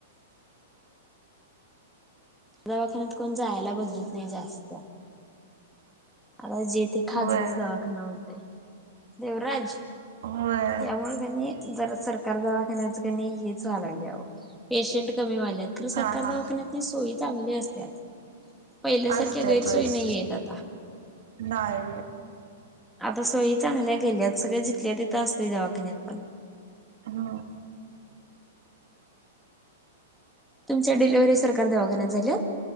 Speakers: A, in the centre; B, on the right.
A: <unintelligible> दवाखान्यात कोण जायला बघत नाही जास्त आता जेथे खाजगीच
B: होय.
A: दवाखाना म्हणते देवराज
B: होय
A: त्यामुळे त्यांनी जर सरकार द हेच व्हाल्या पेशंट कमी वाले खर सरकार
B: हा हा
A: दवाखान्यात नाही सोय चांगले असते पहिल्यासारख्या
B: असत्यात
A: गैरसोयी
B: वेळेस
A: नाही आहेत आता
B: नाही
A: आता सोयी चांगल्या गेल्यात सगळ जिथल्या तिथं असते दवाखान्यात पण
B: हा
A: तुमच्या डिलव्हरी सरकार दवाखान्यात झाल्या